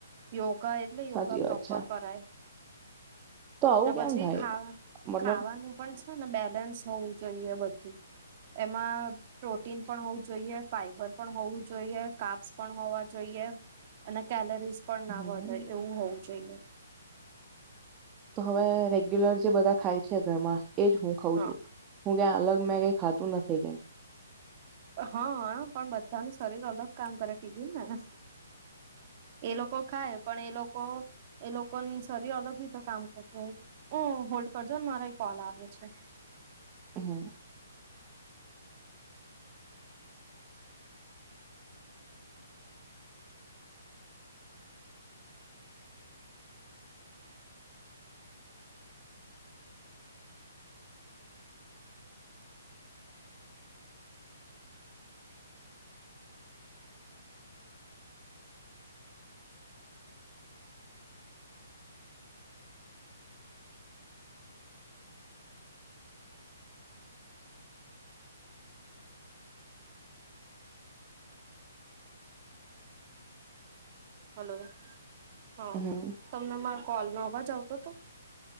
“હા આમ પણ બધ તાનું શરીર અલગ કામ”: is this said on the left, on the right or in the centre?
Right